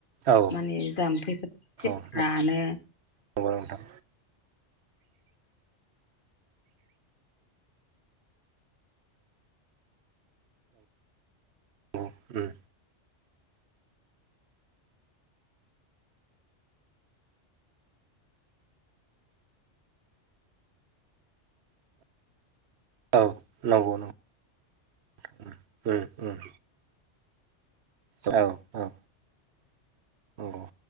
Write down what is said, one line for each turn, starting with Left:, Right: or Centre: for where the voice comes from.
Right: औ उम
Left: माने जाम्फै <unintelligible>
Right: उम औ नंगौ नोंथां अ उम औ नंगौ नंगौ उम उम औ औ नंगौ